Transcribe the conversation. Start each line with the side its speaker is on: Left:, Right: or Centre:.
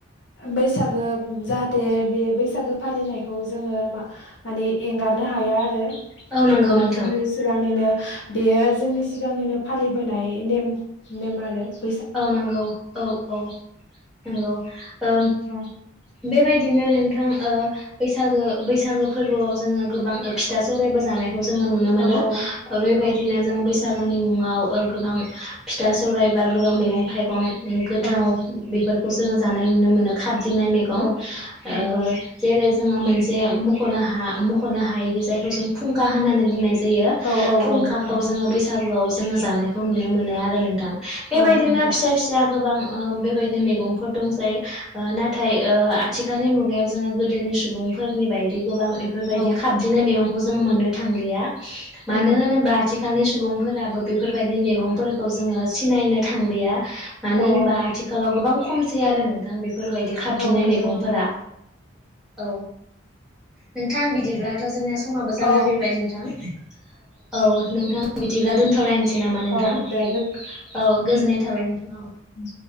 Left: बैसागो जाहाथे बे बैसागो फालिनायखौ जोङो मा माने एंगारनो हाया आरो ।
Centre: औ
Left: जेनेबा
Centre: नंगौ नोंथां
Left: जोंनि सिगांनिनो बेयो जोंनि सिगांनिनो फालिबोनाय नेम नेम आरो ।
Centre: औ नंगौ औ - औ नंगौ ओम
Left: उ
Centre: बेबायदिनो नोंथां ओ बैसागो - बैसागो फोरबोआव जोङो गोबां फिथा सौरायबो जानाय खौ जोङो नुनो मोनो
Left: औ औ
Centre: बेबायदिनो
Left: नंगौ
Centre: जों बैसाग नि मुङाव गोबां फिथा, सौरायाइबा गोबां मैगं - थाइगं गोबां गोथां
Left: औ औ
Centre: बेफोरखौ जोङो जानाय नुनो मोनो खाबदिनाय गं
Left: औ
Centre: ओ
Left: नंगौ
Centre: जेरै जोङो मोनसे मख'नो हा मख'नो हायोदि जायखौ जों फुंखा होननानै बुंनाय जायो जयो
Left: औ औ
Centre: फुंखाखौ
Left: औ नोंथां
Centre: जोङो बैसागुआव जोङो जानायखौ नुनो मोनो आरो नोंथां । बेबायदिनो
Left: औ नोंथां
Centre: फिसा - फिसा गोबां बेबायदिनो मैगंफोर दंजायो नाथाय ओ आथिखालनि मुगायाव जोङो गोदोनि सुबुंफोरनि बायदि गोबां बेफोरबायदि
Left: औ
Centre: खाबदिंनाय मैगं खौ जों मोननो थांलिया मानो
Left: औ
Centre: होनोबा आथिखालनि सुबुं फोराबो बेफोरबायदि मैगंफोरखौ जोङो सिनायनो थांलिया मानो
Left: औ
Centre: होनबा
Left: औ
Centre: आथिखालाव गोबां खमसै आरो नोंथां बेफोरबायदि खाबदिंनाय
Left: औ नंगौ
Centre: मैगंफोरा
Left: नंगौ
Centre: औ नोंथां बिदिब्ला समाबो जाना
Left: औ
Centre: फैबाय नोंथां । औ नोंथां बिदिब्ला दोनथ'लायनोसै नामा नोंथां
Left: औ
Centre: औ
Left: दे
Centre: गोजोननाय थाबाय । हेलौ
Left: उ